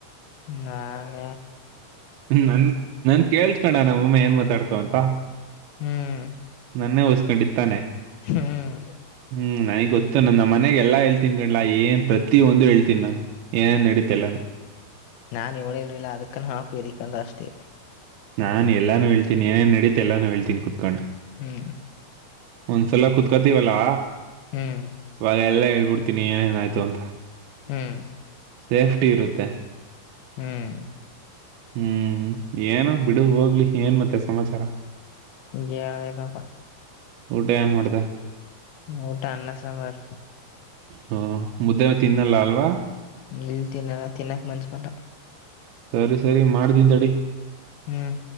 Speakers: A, on the left; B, on the right.
A: ನಾಗ
B: ನನ್ ನನ್ ಕೇಳ್ಸ್ಕಣ ನಮ್ಮಮ್ಮ ಏನ್ ಮಾತಾಡ್ತವ ಅಂತ
A: ಹ್ಮ್
B: ನನ್ನೇ ವಸ್ಕೊಂಡಿತ್ತಾನೆ
A: ಹ್ಮ್
B: ಹ್ಮ್ ನನಗ್ ಗೊತ್ತ ಇ ನನ್ನ ಮನೆಗೆ ಎಲ್ಲಾ ಹೇಳ್ತೀನ್ಿ ಕಂಡ್ಲಾ ಏನ್ ಪ್ರತಿಯಂದು ಹೇಳ್ತೀನಿ ನಾನು ಏನೇನ್ ನಡೀತಲ್ಲಾನು
A: ನಾ ಇವಳ ಇರ್ಲಿಲ್ಲ ಅದಕ್ಕನ್ನು ಹಾಫ್ ಏರಿಕಂದ ಅಷ್ಟೆ
B: ನಾನ್ ಎಲ್ಲಾನು ಹೇತೀನಿ ಏನೇನ್ ನಡೀತ ಎಲ್ಲಾನು ಹೇಳ್ತೀನಿ ಕುತ್ಕೊಂಡು
A: ಹ್ಮ್
B: ಒಂದ್ಸಲ ಕುೂತ್ಕೋತವಲ್ಲ
A: ಹ್ಮ್
B: ಇವಾಗ ಎಲ್ಲ ಹೇಳ್ಬಿಡ್ತ ತಿಿನಿ ಏನೇನಾಯಿತು ಅಂತ
A: ಹ್ಮ್
B: ಸೇಫ್ಟಿ ಇರುತ್ತೆ
A: ಹ್ಮ್
B: ಹ್ಮ್ ಏನ ಬಿಡು ಹೋಗ್ಲಿ ಏನ್ ಮತ್ತೆ ಸಮಾಚಾರ
A: ಳುವೇಕಪ್ಪ
B: ಊಟ ಏನ್ ಮಾಡ್ದ
A: ಊಟಾ ಅನ್ನ ಸಾಂಬಾರ
B: ಹ ಮುದ್ದ ತಿನ್ನಲ್ಲ ಅಲ್ವಾ
A: ಇಲ್ ತಿನ್ನಲ್ಲ ತಿನ್ನಕ್ ಮಂಚ ಬಲ್ಲ
B: ಸರಿ ಸರಿ ಮಾಡ್ತಿನಿತಡಿ
A: ಹ್ಮ್